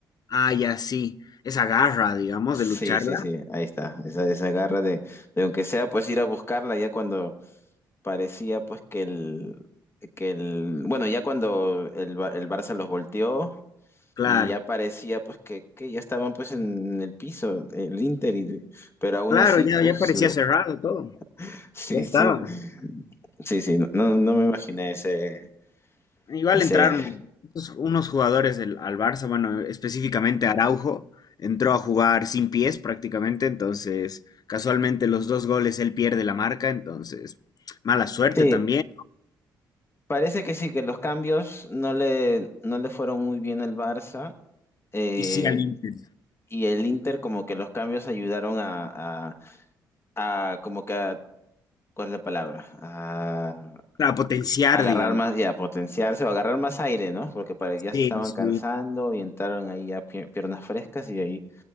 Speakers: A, on the left; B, on the left.
A: Ah, ya sí, esa garra, digamos,
B: Sí,
A: de lucharla.
B: sí, sí, ahí está, esa, esa garra de, de aunque sea pues ir a buscarla ya cuando parecía pues que el, que el, bueno, ya cuando el, Ba- el Barça los volteó
A: Claro,
B: y ya parecía pues que, que ya estaban pues en el piso, el Inter, y- pero aún
A: claro,
B: así
A: ya,
B: pues
A: ya parecía cerrado todo.
B: <laughs> sí,
A: Ya estaba.
B: sí, sí, sí, no, no me imaginé ese,
A: Igual
B: ese,
A: entraron pues, unos jugadores del, al Barça, bueno, específicamente Araujo, entró a jugar sin pies prácticamente, entonces casualmente los dos goles él pierde la marca, entonces mala suerte
B: sí,
A: también.
B: parece que sí, que los cambios no le, no le fueron muy bien al Barça. eh,
A: Y sí al Inter,
B: y el Inter como que los cambios ayudaron a, a, a como que a, ¿cuál es la palabra? A,
A: para potenciar,
B: a agarrar
A: digamos.
B: más y a potenciarse o agarrar más aire, ¿no? Porque pare- ya
A: Sí,
B: se estaban
A: sí.
B: cansando y entraron ahí ya pier- piernas frescas y ahí,